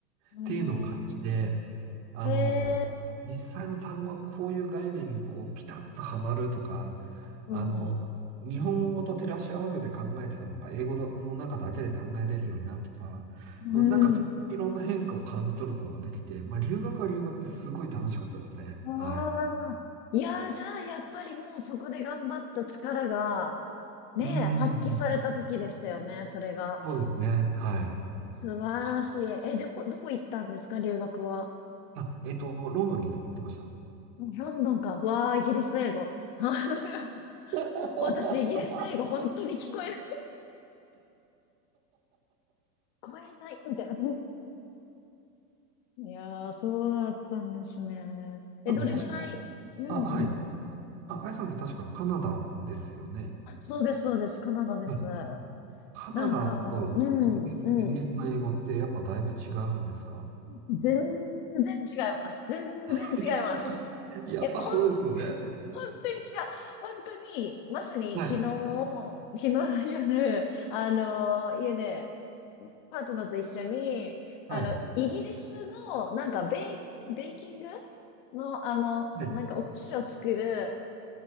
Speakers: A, on the left; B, on the right.
A: うん。
B: っていうのを感じて、あの、
A: へえ。
B: 実際の単語はこういう概念にこうピタッとはまるとか、
A: うん。
B: あの、日本語と照らし合わせて考えてたのが英語の中だけで考えれるようになるとか、
A: うん。
B: まあ、なんかそういういろんな変化を感じ取ることができて、まあ、留学は留学ですごい楽しかったですね。
A: ああ。
B: はい。
A: いやー、じゃあ、やっぱりもうそこで頑張った力が、ねえ、
B: うーん。
A: 発揮された時でしたよね、それが。
B: そうですね。はい。
A: 素晴らしい。え、どこ、どこ行ったんですか、留学は。
B: あ、えっと、ロンドンに行ってました。
A: ロンドンか。わあ、イギリス英語。<laughs>
B: <laughs>
A: 私、イギリス英語、本当に聞こえる。聞こえない、みたいな。いやー、そうだったんですね。え、
B: なんで確か、
A: どれぐらいうんうん。
B: あ、はい。あ、あやさんって確かカナダですよね。
A: そうです、そうです。カナダです。
B: はい。カナダとイイギリイギリスの英語ってやっぱだいぶ違うんですか
A: なんか、うん、うん。全然違います。全然違います。
B: <laughs> やっぱそうですよね。
A: え、ほん、本当に違う。本当に、まさに昨日、
B: はい。
A: 昨日の夜、あの家で、パートナーと一緒に、
B: はい。
A: あの、イギリスの、なんかベー、ベーキングの、あの、
B: はい。
A: なんかお菓子を作る、